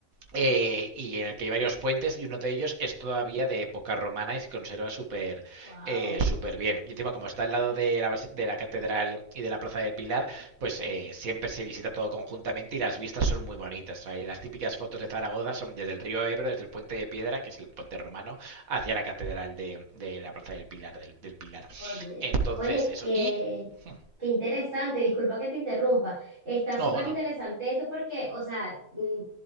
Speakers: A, on the right; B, on the right.
A: eh, y en el que hay varios puentes y uno de ellos es todavía de época romana y se conserva súper
B: Wow.
A: eh, súper bien. Y encima como está al lado de la, de la catedral y de la plaza del Pilar, pues eh, siempre se visita todo conjuntamente y las vistas son muy bonitas. Hay las típicas fotos de Zaragoza son desde el río Ebro, desde el puente de piedra, que es el puente romano, hacia la catedral de, de la plaza del Pilar, del, del Pilar.
B: Oye,
A: Entonces
B: oye,
A: eso.
B: qué,
A: Y... hmm,
B: qué interesante, disculpa que te interrumpa. Está súper
A: No, no.
B: interesante esto porque, o sea, mm,